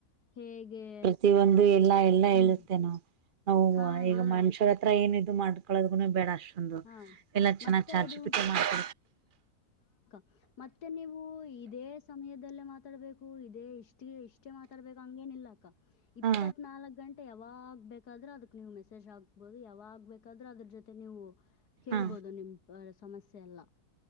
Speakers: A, on the left (about 80°); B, on the right (about 60°).
A: ಹೇಗೆ
B: ಪ್ರತಿಯೊಂದ್ ಎಲ್ಲಾ ಎಲ್ಲ
A: ಹ್ಮ್
B: ಹೇಳುತ್ತೆ ನೊ ನಾವು
A: ಹಾ
B: ಈಗ
A: ಎಲ್ಲ
B: ಮನುಷ್ಯರ
A: ಹೇಳ್
B: ಹತ್ರ ಏನ್ ಇದು ಮಾಡ್ಕೊಳ್ಳೋದೂ ಬೇಡಷ್ಟ
A: ಹಾ
B: ಎಲ್ಲಾ ಚೆನ್ನಾಗ್
A: ಮತ್ತೆ
B: ಚಾರ್ಜಿ
A: ಅದು
B: ಪಿಟ ಮಾಡ್ಕ
A: ಮತ್ ಮತ್ತೆ ನೀವು ಇದೇ ಸಮಯದ ಲ್ಲೇ ಮಾತಾಡ್ಬೇಕು ಇದೇ ಇಷ್ಟ ಇಷ್ಟೇ ಮಾತಾಡ್ಬೇಕು ಹಂಗೇನ ಇಿಲ್ಲ ಅಕ್ಕ ಇಪ್ಪತ್ನಾಾಲ್ಕಕ್
B: ಹಾ
A: ಗಂಟೆ ಯಾವಾಗ್ ಬೇಕಾದ್ರೆ ಅದಕ್ ನೀವು ಮೆಸೇಜ್ ಆಾಕ್ಬಹುದು ಯಾವಾಗ್ ಬೇಕಾದ್ರೆ ಅದ್ರ ಜೊತೆ ನೀವು ಕೇಳ್ಬೋದು
B: ಹಾ
A: ನಿಮ್ ಆ ಸಮಸ್ಯೆ ಅಲ್ಲ